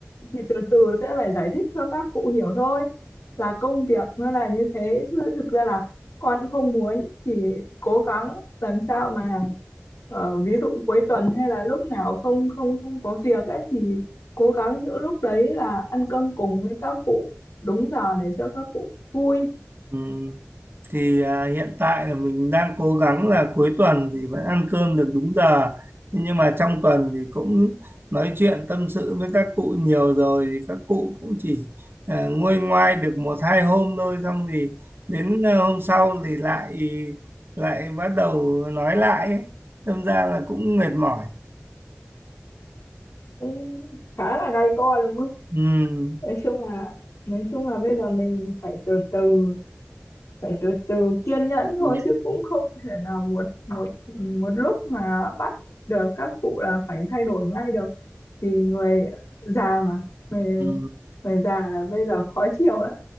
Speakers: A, on the left; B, on the right.
A: thì từ từ sẽ phải giải thích cho các cụ hiểu thôi
B: ừ.
A: là công việc nó là như thế chứ thực ra là con cũng không muốn chỉ cố gắng làm sao mà ờ, ví dụ cuối tuần hay là lúc nào không không không có việc ấy thì cố gắng những lúc đấy là ăn cơm cùng với các cụ đúng giờ để cho các cụ vui
B: ừ. thì à, hiện tại là mình đang cố gắng là cuối tuần thì vẫn ăn cơm được đúng giờ Thế nhưng mà trong tuần thì cũng nói chuyện tâm sự với các cụ nhiều rồi thì các cụ cũng chỉ à, nguôi ngoai được một hai hôm thôi xong thì đến à, hôm sau thì lại lại bắt đầu nói lại ấy. Đâm ra là cũng mệt mỏi
A: cũng khá là gay go đúng không
B: ừ,
A: nói chung là nói chung là bây giờ mình phải từ từ phải từ từ kiên nhẫn thôi
B: ừ,
A: chứ cũng không thể nào một một một lúc mà bắt được các cụ là phải thay đổi ngay được thì người già mà người,
B: ừ,
A: người già là bây giờ khó chịu lắm